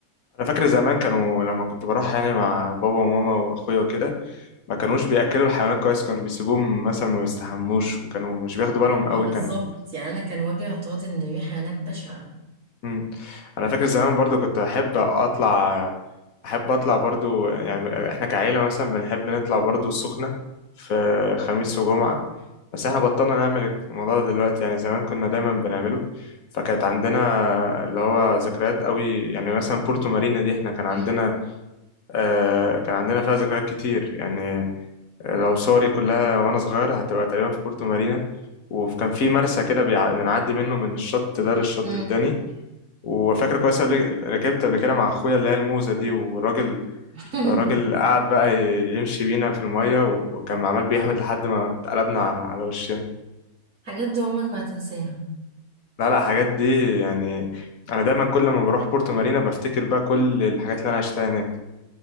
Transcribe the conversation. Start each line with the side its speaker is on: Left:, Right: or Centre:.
Left: أنا فاكر زمان كانوا لما كنت بروح يعني مع بابا وماما وأخويا وكده ما كانوش بيأكلوا الحيوانات كويس كانوا بيسيبوهم مثلا ما بيستحموش وكانوا مش بياخدوا بالهم
Right: اه
Left: قوي
Right: بالظبط
Left: كان
Right: يعني أنا كان وجهي اعتراضي إن الريحة هناك بشعة
Left: مم. أنا فاكر زمان برضو كنت أحب أطلع احب اطلع برضو يعني احنا كعيله مثلا بنحب نطلع برضو السخنه في خميس وجمعه بس احنا بطلنا نعمل الموضوع ده دلوقتي يعني زمان كنا دايما بنعمله فكانت عندنا اللي هو ذكريات قوي يعني مثلا بورتو مارينا دي احنا كان عندنا
Right: مم.
Left: آه كان عندنا فيها ذكريات كتير يعني لو صوري كلها وانا صغير هتبقى تقريبا في بورتو مارينا وكان في مرسى كده بيع- بنعدي منه من الشط ده للشط
Right: مم.
Left: التاني وفاكر كويس قبل ركبت قبل كده مع اخويا اللي هي الموزه دي والراجل
Right: <laughs>
Left: الراجل قعد بقى ي- يمشي بينا في المية وكان عمال بيحوت لحد ما اتقلبنا ع- على وشنا
Right: حاجات دي عمرك ما هتنساها
Left: لا لا الحاجات دي يعني أنا دايما كل ما بروح بورتو مارينا بفتكر بقى كل الحاجات اللي أنا عشتها هناك